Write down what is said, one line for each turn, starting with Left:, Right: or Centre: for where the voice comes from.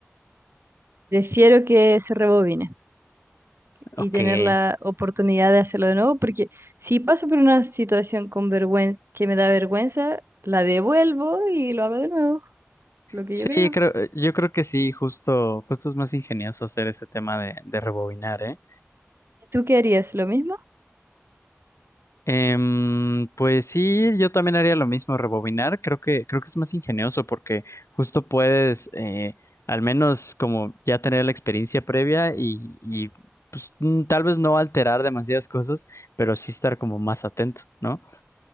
Right: prefiero que se rebobine y
Left: Ok.
Right: tener la oportunidad de hacerlo de nuevo, porque si paso por una situación con vergüenza, que me da vergüenza, la devuelvo y lo hago de nuevo, lo que
Left: Sí,
Right: yo creo.
Left: creo, yo creo que sí, justo, justo es más ingenioso hacer ese tema de, de rebobinar, ¿eh?
Right: ¿Tú qué harías? ¿Lo mismo?
Left: Em, pues sí, yo también haría lo mismo, rebobinar. Creo que, creo que es más ingenioso porque justo puedes, eh, al menos como ya tener la experiencia previa y, y, pues mm, tal vez no alterar demasiadas cosas, pero sí estar como más atento, ¿no?